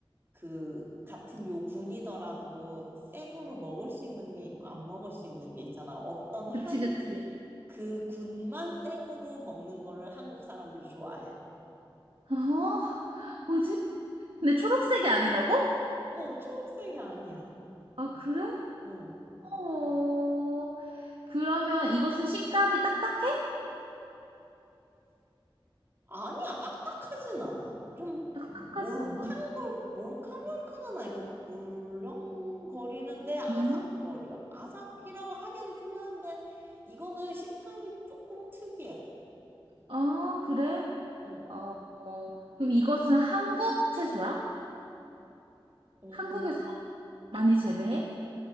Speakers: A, on the right; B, on the right.
A: 그 같은 요 군이더라도 생으로 먹을 수 있는 게 있고 안 먹을 수 있는 게 있잖아. 어떤 한
B: 그치, 그치.
A: 그 군만 생으로 먹는 거를 한국 사람들이 좋아해.
B: 어? 뭐지? 근데 초록색이 아니라고?
A: 어, 초록색이 아니야.
B: 아, 그래?
A: 어.
B: 어, 그러면 이것은 식감이 딱딱해?
A: 아니야, 딱딱하진 않아. 좀
B: 딱딱하진
A: 몰캉몰
B: 않아.
A: 몰캉몰캉은 아니고 물렁거리는데 아삭거려.
B: 별로?
A: 아삭이라고 하기에는 좀 이한데 이거는 식감이 조금 특이해.
B: 아, 그래?
A: 어.
B: 어, 어, 그럼 이것은 한국 채소야?
A: 어.
B: 한국에서 많이 재배해?